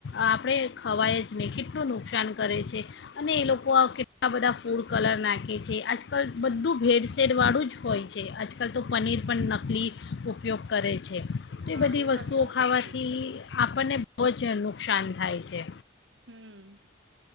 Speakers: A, on the left; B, on the right.
A: આપણે ખવાય જ નહીં કેટલું નુકસાન કરે છે અને એ <unintelligible> બધા ફૂડ કલર નાખે છે આજકાલ બધું ભેડસેેડવાળું જ હોય છે આજકાલ તો પનીર પણ નકલી ઉપયોગ કરે છે.
B: હા
A: એ બધી વસ્તુઓ
B: વાત તો સાચી
A: ખાવાથી આપણને બહુ જનું નુકાન થાય છે.
B: હમ